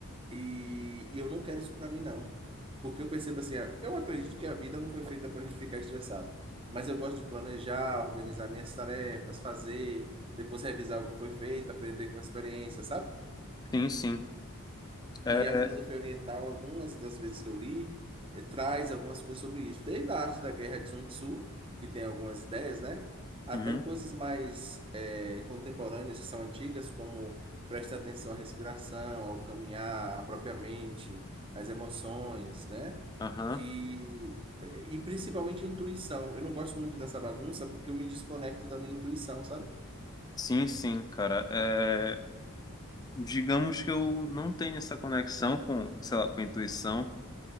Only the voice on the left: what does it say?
Sim, sim. É.
Uhum,
aham.
Sim, sim, cara. É, digamos que eu não tenho essa conexão com, sei lá, com a intuição,